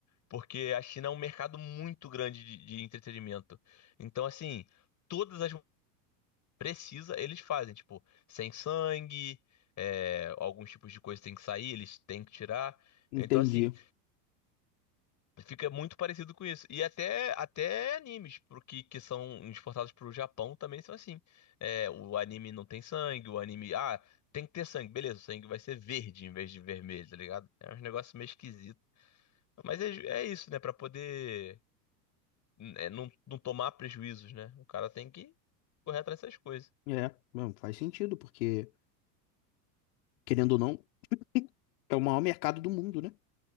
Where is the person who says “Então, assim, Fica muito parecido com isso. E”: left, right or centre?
Left